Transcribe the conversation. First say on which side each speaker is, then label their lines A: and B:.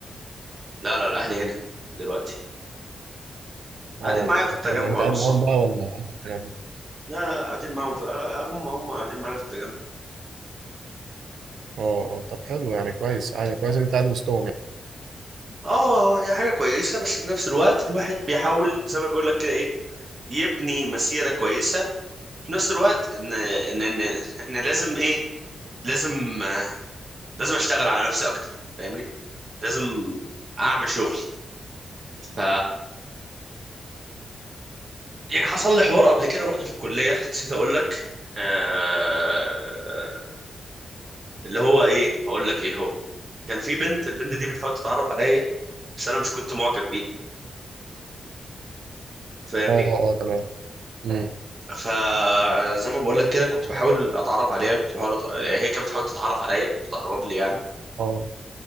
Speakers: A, on the right; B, on the right.
A: لا لا الأهل هنا دلوقتي
B: اه
A: قاعدين معايا
B: اه
A: في
B: طب
A: التجمع
B: حلو أنت
A: يا
B: قاعد
A: بالصحاب
B: معاهم بقى ولا قاعد في التجمع؟
A: لا قاعدين معاهم في آه، هم هم قاعدين معايا في التجمع
B: اه اه طب حلو يعني كويس يعني كويس إن أنت قاعد وسطهم يعني
A: اه هي حاجة كويسة بس في نفس الوقت الواحد بيحاول زي ما بيقول لك كده ايه يبني مسيرة كويسة في نفس الوقت ان ان ان, إن لازم ايه لازم آه، لازم اشتغل على نفسي اكتر فاهمني لازم اعمل شغل ف يعني حصل لي حوار قبل كده برضو في الكلية نسيت اقول لك آه... اللي هو ايه هقول لك ايه هو كان في بنت البنت دي بتحاول تتعرف عليا بس انا مش كنت معجب بيها فاهمني
B: اه اه تمام امم
A: فزي ما بقول لك كده كنت بحاول اتعرف عليها كنت بحاول أت... يعني هي كانت بتحاول تتعرف عليا تقرب لي يعني
B: اه